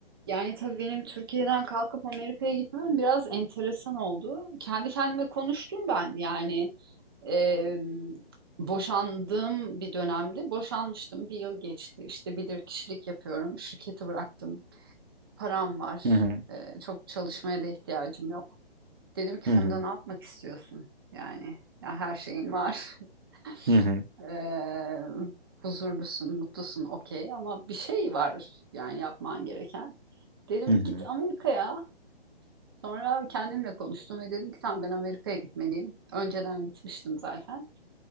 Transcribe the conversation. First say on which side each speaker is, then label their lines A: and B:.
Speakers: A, on the right; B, on the right.
A: Yani tabii benim Türkiye'den kalkıp Amerika'ya gitmem biraz enteresan oldu. Kendi kendime konuştum ben yani e, boşandığım bir dönemde boşanmıştım. Bir yıl geçti işte bilirkişilik yapıyorum şirketi bıraktım param var
B: Hı hı,
A: E, çok çalışmaya da ihtiyacım yok. Dedim ki
B: hı
A: Funda
B: hı,
A: ne yapmak istiyorsun yani ya her şeyin var <laughs>
B: hı hı,
A: E, huzurlusun mutlusun okey ama bir şey var yani yapman gereken. Dedim
B: hı hı.
A: git Amerika'ya Sonra kendimle konuştum ve dedim ki tamam ben Amerika'ya gitmeliyim. Önceden gitmiştim zaten.